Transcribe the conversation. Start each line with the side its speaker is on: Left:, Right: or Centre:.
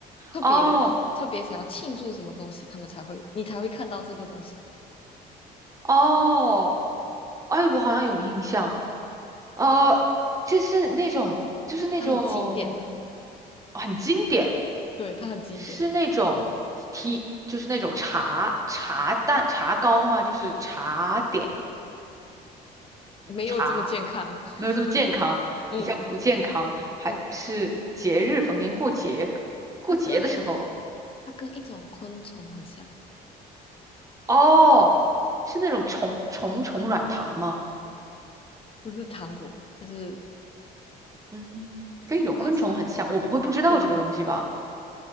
Left: 特别、
Right: 哦
Left: 特特别想要庆祝什么东西，他们才会你才会看到这个东西，
Right: 哦，哎，我好像有印象，呃，就是那种，就是那种
Left: 它很经典的，
Right: 很经典，
Left: 对，它很经典的
Right: 是那种 T，就是那种茶茶蛋茶糕吗？就是茶点。
Left: 没有这么健康，
Right: 啊。
Left: <laughs>
Right: 没有这么健康，
Left: 嗯
Right: 比较不健康，还是节日，
Left: 嗯，
Right: 逢年过节，过节的时候，
Left: 它跟一它跟一种昆虫很像，
Right: 哦，是那种虫虫虫软糖吗？
Left: 就是糖果，它是
Right: 嗯，跟一种昆虫很像，
Left: 它是
Right: 我不会不知道这个东西吧？
Left: 嗯，